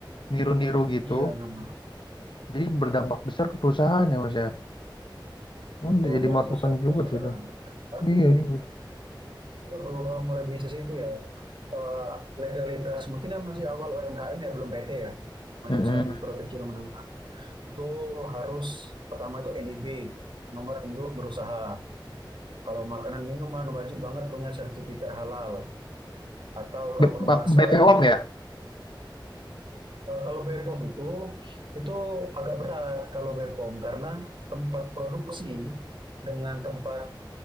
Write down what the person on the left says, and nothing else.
niru-niru gitu.
Jadi berdampak besar ke perusahaan ya Mas ya. Oh,
bisa jadi
masukan
juga sih itu.
Iya, iya. Mas.
Mm-mm.
B-
B-
BPOM ya?